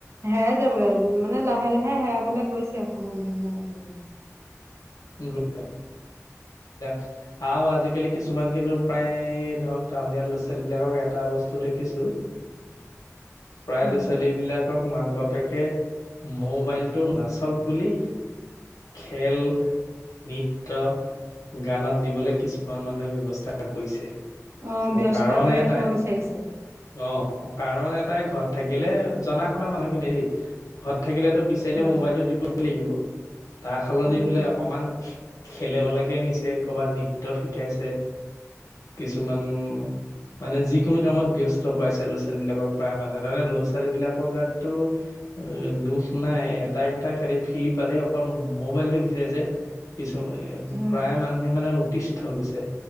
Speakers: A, on the right (about 55°); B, on the left (about 85°).
A: হেৰাই যাবগৈ। মানে লাহে লাহে হেৰাইবলৈ গৈছে সমন্ধ বিলাক আজিকালি।
B: <inaudible> <inaudible> আৰু আজিকালি কিছুমান কিন্তু প্ৰায় ধৰক টাউনীয়া ল'ৰা-ছোৱালী বিলাকক এটা বস্তু দেখিছো, প্ৰায়
A: হয়।
B: ল'ৰা- ছোৱালী বিলাক। মাক বাপেকে মোৰ ম'বাইলটো নাচাওক বুলি। খেল নৃত্য। গানত দিবলৈ কিছুমান মানুহে ব্যবস্থা কৰিছে।
A: অ',
B: মই
A: ব্যস্ত
B: কাৰণ
A: কৰি
B: এটাই
A: ৰাখিব বিচাৰিছে।
B: অ, কাৰণ এটাই ঘৰত থাকিলে জনা শুনা মানুহখিনি দেই, ঘৰত থাকিলেতো বিচাৰিলে
A: হয়,
B: ম'বাইলতটো দিবই লাগিব। তাৰ সলনি
A: উম,
B: বোলে অকনমান খেলিব লেকে নিছে। ক'বাত নৃত্য শিকাইছে। কিছুমান মানে যিকোনো কামত ব্যস্ত কৰাইছে ল'ৰা ছোৱালী বিলাকক। প্ৰায় মানুহে তাতে ল'ৰা ছোৱালী বিলাকৰ গাততো এ দুখ নাই এটাই কথা খেতি ফ্ৰী পালেই অকল ম'বাইলটো বিচাৰে যে। কিছু
A: হয়,
B: প্ৰায় মানুহে মানে অতিষ্ঠ গৈছে।